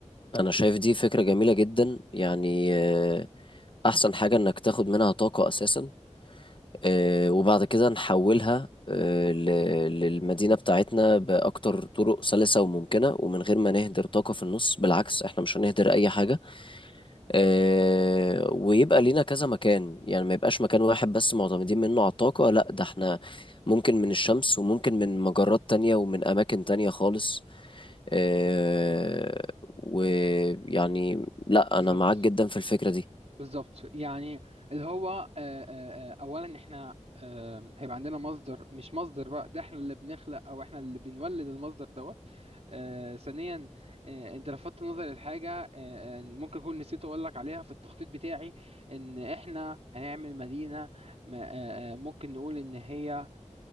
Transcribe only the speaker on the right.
بالظبط
بالظبط يعني اللي هو آه، آه، آه، اولا احنا آه، هيبقى عندنا مصدر مش مصدر بقى ده احنا اللي بنخلق او احنا اللي بنولد المصدر دوت آه، ثانيا آه، انت لفتت نظري لحاجه آه، آه، ممكن اكون نسيت اقول لك عليها في التخطيط بتاعي ان احنا هنعمل مدينه ما- آه، آه، ممكن نقول ان هي